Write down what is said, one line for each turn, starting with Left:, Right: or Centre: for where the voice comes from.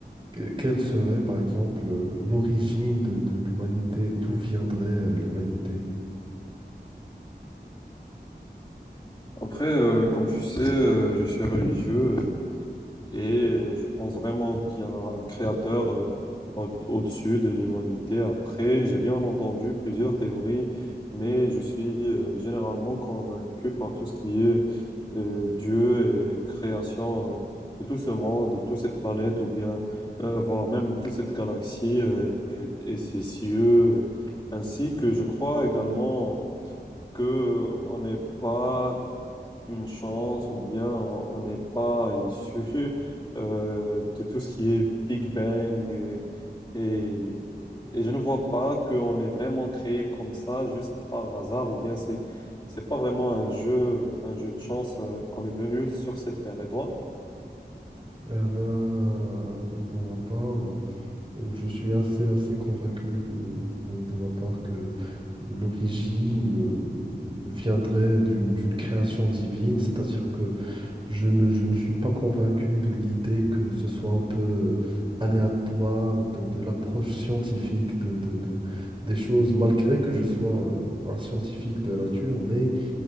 Right: que- quelle serait, par exemple, euh, l'origine de, de l'humanité? D'où viendrait euh, l'humanité?
Left: Après, euh, comme tu sais, euh, je suis religieux euh, et euh, je pense vraiment qu'il y a un créateur euh, au- au-dessus de l'humanité. Après, j'ai bien entendu plusieurs théories, mais je suis euh, généralement convaincu par tout ce qui est euh, Dieu et création euh, de tout ce monde, de toute cette planète, ou bien euh, voire même toute cette galaxie euh, et, et ses cieux, ainsi que je crois également que euh, on n'est pas une chance ou bien on n'est pas issu <laughs> euh, de tout ce qui est Big Bang et, et, et je ne vois pas qu'on est vraiment créé comme ça juste par hasard ou bien c'est c'est pas vraiment un jeu un jeu de chance euh, qu'on est venu sur cette terre. Et toi?
Right: Euh, ben, eh ben, pour ma part, euh, je suis assez, assez convaincu de, de- de ma part que l'origine euh, viendrait d'une, d'une création divine, c'est-à-dire que Je ne, je ne suis pas convaincu de l'idée que ce soit un peu euh, aléatoire de, de l'approche scientifique de, de- de- des choses, malgré que je sois euh, un scientifique de nature, mais